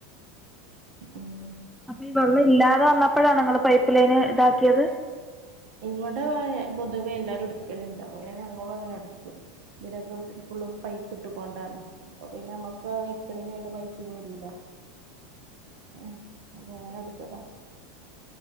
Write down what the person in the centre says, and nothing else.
അപ്പൊ ഈ വെള്ളം ഇല്ലാതെ വന്നപ്പോഴാണൊ നിങ്ങള് പൈപ്പ് ലൈന് ഇതാക്കിയത്